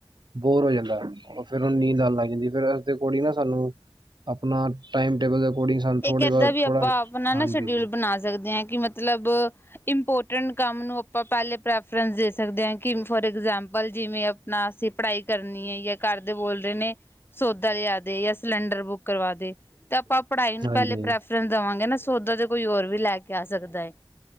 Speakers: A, on the right; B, on the left.
A: ਬੋਰ ਹੋ ਜਾਂਦਾ ਫੇਰ ਉਹਨੂੰ ਨੀਂਦ ਲੱਗ ਜਾਂਦੀ ਫੇਰ ਉਸਦੇ ਅਕੋੜਿੰਗ ਨਾ ਸਾਨੂੰ ਆਪਣਾ ਟਾਈਮ ਟੇਬਲ ਅਕੋਰਡਿੰਗ ਸਾਨੂੰ
B: ਇੱਕ
A: ਥੋੜੇ
B: ਇਦਾਂ
A: ਬਹੁਤ
B: ਵੀ ਆਪਾਂ
A: ਥੋੜਾ
B: ਆਪਣਾ ਨਾ
A: ਹਾਂਜੀ
B: ਸ਼ਡਿਊਲ
A: ਹਾਂਜੀ
B: ਬਣਾ ਸਕਦੇ ਹਾਂ ਕਿ ਮਤਲਬ ਇੰਪੋਰਟੈਂਟ ਕੰਮ ਨੂੰ ਆਪਾਂ ਪਹਿਲੇ ਪ੍ਰੈਫਰੈਂਸ ਦੇ ਸਕਦੇ ਹਾਂ। ਕਿਵੇ ਫੋਰ ਐਗਜਾਮਪਲ ਜਿਵੇਂ ਆਪਣਾ ਅਸੀਂ ਪੜ੍ਹਾਈ ਕਰਨੀ ਹੈ ਜਾਂ ਘਰਦੇ ਬੋਲ ਦੇ ਨੇ ਸੌਦਾ ਲਿਆ ਦੇ ਜਾਂ ਸਿਲੰਡਰ ਬੁੱਕ ਕਰਵਾ ਦੇ ਤੇ ਆਪਾਂ ਪੜ੍ਹਾਈ ਨੂੰ
A: ਹਾਂਜੀ
B: ਪਹਿਲੇ ਪ੍ਰੈਫਰੈਂਸ ਦੇਵਾਂਗੇ ਨਾ ਸੌਦਾ ਤੇ ਕੋਈ ਹੋਰ ਵੀ ਲੈ ਕੇ ਆ ਸਕਦਾ ਹੈ